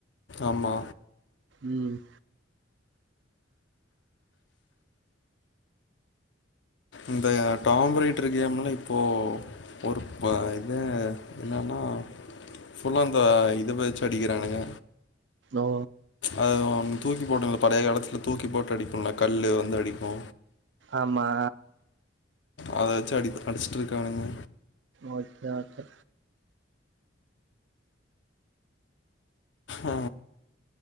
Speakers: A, on the left; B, on the right.
A: ஆமா
B: உம்
A: இந்த டாம் ரைடர் கேம்ல இப்போ ஒரு இது என்னன்னா ஃபுல்லா அந்த இது வெச்சு அடிக்கிறானுங்க
B: ஓ
A: அது ஓன் தூக்கி போட்டுங்க பழய காலத்துல தூக்கி போட்டு அடிப்போல கல்லு வந்து அடிப்போ
B: ஆமா
A: அத வெச்சு அடி அடிச்சிட்டு இருக்கானுக
B: ஓகே ஓகே
A: ஆ